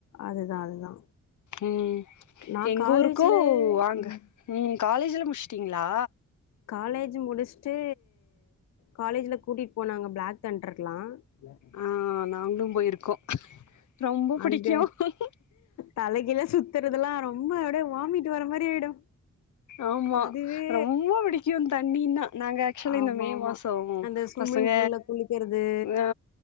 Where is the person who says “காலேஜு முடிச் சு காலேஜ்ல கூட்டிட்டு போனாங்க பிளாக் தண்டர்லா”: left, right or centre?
Left